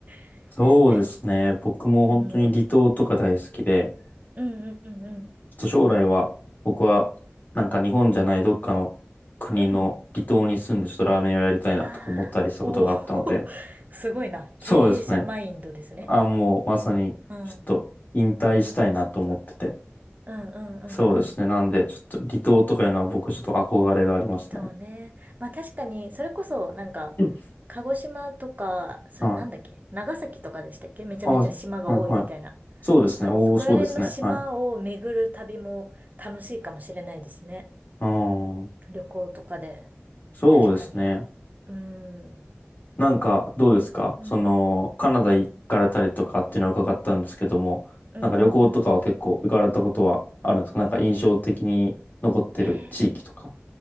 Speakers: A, on the right; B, on the left.
A: <laughs>
B: そうですね。
A: ですね。
B: 僕も本当に離島とか大好きで、
A: うん。うんうんうんうん。
B: ちょっと将来は僕はなんか日本じゃないどっかの国の離島に住んでちょっとラーメンをやりたいなとか思ったりしたことがあったので、
A: うん。ああ、おお、<laughs> すごいな。
B: そうですね。
A: 経営者マインドですね。
B: あ、もうまさにちょっと引退したいなと思ってて。
A: うん。そっかそっか。うんうんうんうん。
B: そうですね。なんでちょっと離島とかいうのは僕ちょっと憧れがありますね。
A: 離島ね。まあ確かに、それこそなんか、
B: うん
A: 鹿児島とか、それなんだっけ長崎とかでしたっけめちゃめちゃ島が多いみたいな。
B: はい。あ、はいはい。そうですね。
A: そう、
B: おー、
A: そこら辺の島を巡る旅も楽しいかもしれないですね。
B: そうですね。はい。うーん。
A: 旅行とかで。
B: そうですね。
A: 確かに。うーん。
B: なんか、どうですかその、
A: うん。
B: カナダ行かれたりとかっていうのは伺ったんですけども、
A: うんうんうん。
B: なんか旅行とかは結構行かれたことはあるんですかなんか印象的に残ってる地域とか。
A: へえ。